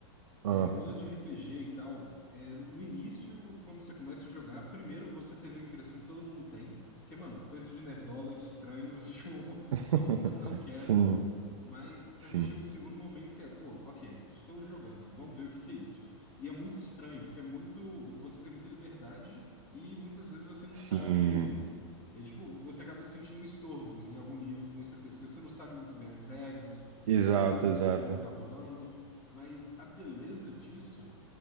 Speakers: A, on the right (about 80°); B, on the left (about 25°).
A: Ah.
B: É, rolê de RPG e tal, é, no início, quando você começa a jogar, primeiro você teve a impressão que todo mundo tem, que é, mano, coisa de nerdola, estranho, <laughs> tipo,
A: <laughs>
B: não, não não quero.
A: Sim.
B: Mas também
A: Sim.
B: chega o segundo momento que é, pô, ok, estou jogando, vamos ver o que que é isso. E é muito estranho, porque é muito, você tem muita liberdade e muitas vezes você não
A: Sim,
B: sabe, é, tipo, você acaba se sentindo um estorvo em algum nível que nem você fez, porque você não sabe muito bem as regras,
A: exato,
B: você não sabe muito
A: exato.
B: bem o que está rolando, mas a beleza disso